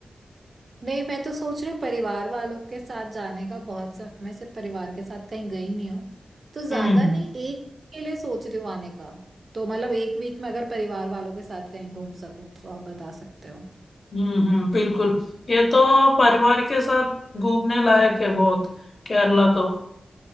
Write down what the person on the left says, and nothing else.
हम्म
हम्म हम्म बिल्कुल ये तो परिवार के साथ घूमने लायक है बहुत केरला तो